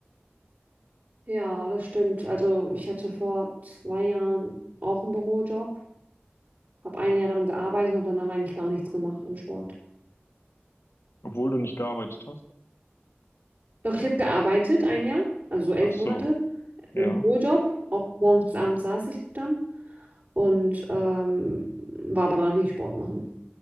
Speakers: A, on the right; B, on the left.
A: Ja, das stimmt. Also ich hatte vor zwei Jahren auch einen Bürojob, habe ein Jahr daran gearbeitet und habe danach eigentlich gar nichts gemacht an Sport.
B: Obwohl du nicht gearbeitet hast.
A: Doch ich habe gearbeitet ein Jahr, also so elf
B: Ach so,
A: Monate,
B: ja.
A: im Bürojob. Auch morgens bis abends saß ich dann und ähm, war aber danach nicht Sport machen.